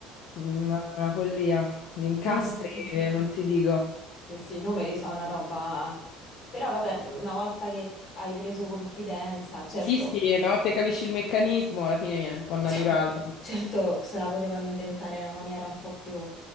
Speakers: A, on the left; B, on the left.
A: una, una follia. Gli
B: <laughs>
A: incastri eh, non ti dico.
B: Sì, sì, i numeri sono una roba... Però vabbè, una volta che hai preso confidenza, certo,
A: Sì, sì, una volta che capisci il meccanismo alla fine viene un po' naturale.
B: <laughs> Certo, se la potevano inventare in una maniera un po' più